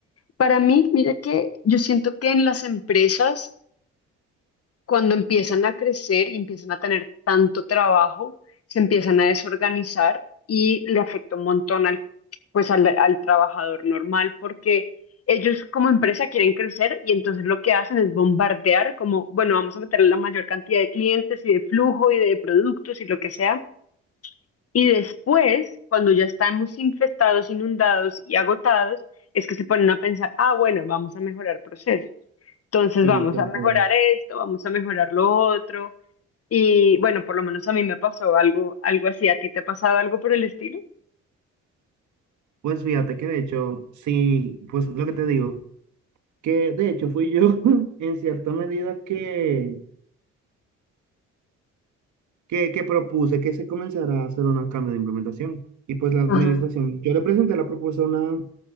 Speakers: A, on the left; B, on the right.
A: Para mí, mira que yo siento que en las empresas, cuando empiezan a crecer y empiezan a tener tanto trabajo, se empiezan a desorganizar y le afecta un montón al, pues al, al trabajador normal, porque ellos como empresa quieren crecer y entonces lo que hacen es bombardear como, bueno, vamos a meter la mayor cantidad de clientes y de flujo y de productos y lo que sea. Y después, cuando ya estamos infestados, inundados y agotados, es que se ponen a pensar, ah, bueno, vamos a mejorar procesos. Entonces
B: Sí,
A: vamos
B: tal
A: a mejorar
B: cual.
A: esto, vamos a mejorar lo otro. Y bueno, por lo menos a mí me pasó algo, algo así. ¿A ti te ha pasado algo por el estilo?
B: Pues fíjate que de hecho, sí, pues lo que te digo, que de hecho fui yo <laughs> en cierta medida que, que, que propuse que se comenzara a hacer un cambio de implementación. Y pues la administración,
A: Ajá.
B: yo le presenté la propuesta una,